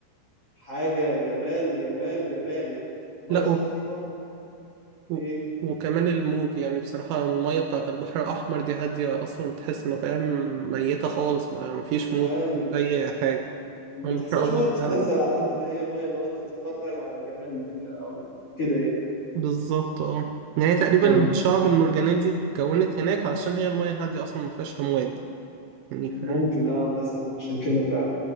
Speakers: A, on the left; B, on the right.
A: حاجة جمال جمال جمال يعني مية
B: لا
A: صافية
B: و-
A: ايه
B: وكمان الموج يعني بصراحة المية بتاعة البحر الأحمر دي هادية أصلا تحس إنه فاهم ميتة خالص ما مفيش موج
A: ايوه
B: مفيش أي حاجة
A: ما
B: أما البحر
A: تحسهاش
B: الأبيض
A: مية تتنزل
B: ده
A: على قد ما هي مية اللي هو انت تتفرج على الجمال اللي فيها او كده يعني
B: بالظبط اه يعني تقريبا
A: طب
B: الشعب المرجانية دي اتكونت هناك علشان هي المية هادية أصلا مفيهاش أمواج يعني
A: ممكن
B: فاهم
A: اه مثلا عشان كده فعلا